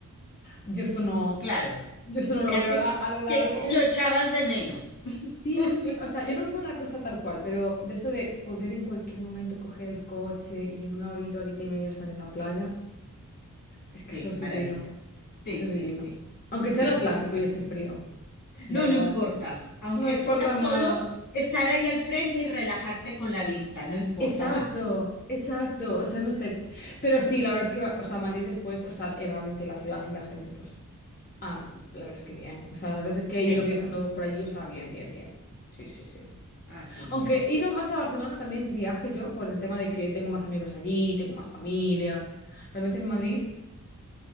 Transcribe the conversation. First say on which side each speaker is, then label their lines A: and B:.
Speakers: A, on the left; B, on the left.
A: yo esto no,
B: claro.
A: yo esto no lo
B: Te
A: veo
B: hace,
A: a la- a lo largo.
B: te- te- lo echabas de menos.
A: Sí,
B: <laughs>
A: sí, o sea, yo no vivo en la costa tal cual, pero de esto de poder en cualquier momento coger el coche y en una horita, horita y media estar en la playa, es que
B: Sí,
A: eso
B: qué
A: es
B: maravilla.
A: divino,
B: Sí,
A: eso
B: sí,
A: es divino.
B: sí.
A: Aunque
B: Sí,
A: sea el
B: es
A: Atlántico
B: verdad.
A: y esté frío, da
B: No,
A: igual,
B: no importa. Aunque
A: no importa
B: sea solo
A: nada.
B: estar ahí al frente y relajarte con la vista, no importa
A: Exacto,
B: más.
A: exacto, o sea, no sé. Pero sí, la verdad es que, va- o sea, Madrid después, o sea, eh, realmente la ciudad y la gente, pues, ah, la verdad es que bien. O sea, las veces que he ido
B: Sí.
A: viajando por allí, o sea, bien, bien, bien. Sí, sí, sí.
B: Ah, qué bien.
A: Aunque he ido más a Barcelona también de viaje yo, por el tema de que tengo más amigos allí, tengo más familia. Realmente en Madrid,